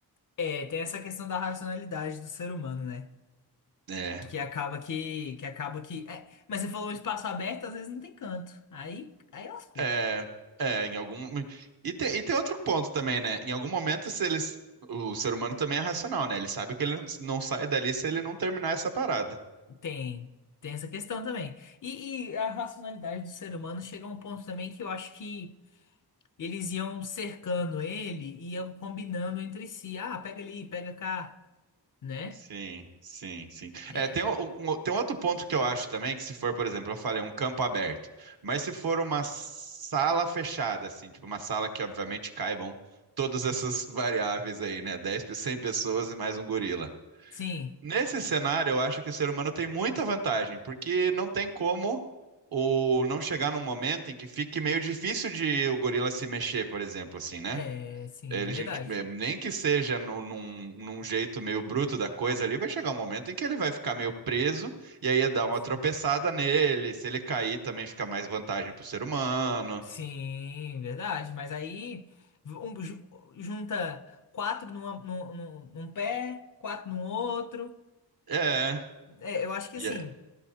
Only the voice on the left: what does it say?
É, tem essa questão da racionalidade do ser humano, né?
Que acaba que, que acaba que. é, mas você falou um espaço aberto, às vezes não tem canto. Aí, aí lascou.
Tem, tem essa questão também. E, e a racionalidade do ser humano chega a um ponto também que eu acho que eles iam cercando ele, iam combinando entre si. Ah, pega ali, pega cá, né?
É.
Sim,
é, sim,
verdade.
Sim,
Sim, verdade. Mas aí um ju- junta quatro numa, num, num- num pé, quatro no outro.
É, eu acho que
assim,